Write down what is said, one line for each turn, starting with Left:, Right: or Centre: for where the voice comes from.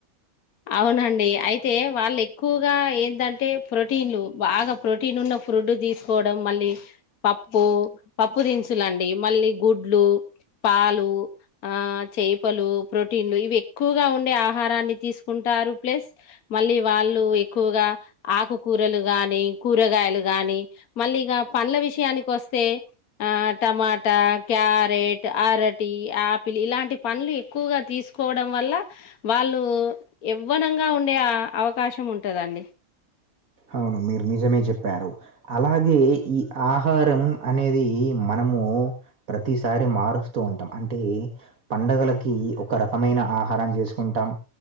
Left: అవునండి, అయితే వాళ్ళ ఎక్కువగా ఏంటంటే ప్రోటీన్లు బాగా ప్రోటీన్ ఉన్న ఫుడ్ తీసుకోవడం. మళ్ళీ పప్పు, పప్పు దినుసులండి మళ్ళీ గుడ్లు పాలు, చేపలు ప్రోటీన్లు ఇవి ఎక్కువగా ఉండే ఆహారాన్ని తీసుకుంటే ఉంటారు ప్లస్ మళ్ళీ వాళ్ళు ఎక్కువగా ఆకుకూరలు గానీ కూరగాయలు. గానీ మళ్ళీ ఇక పండ్ల విషయానికి వస్తే ఆ టమాటా, క్యారెట్. అరటి, ఆపిల్ ఇలాంటి పలు ఎక్కువగా తీసుకోవడం వల్ల వాళ్ళు. యవ్వనంగా ఉండే ఆ అవకాశం ఉంటదండి.
Right: అవును మీరు నిజమే చెప్పారు అలాగే ఈ ఆహారం అనేది మన. ము ప్రతిసారి మారుస్తూ ఉంటాంటే పండుగలకి ఒక రకమైన అ. ఆహారం చేసుకుంటాం.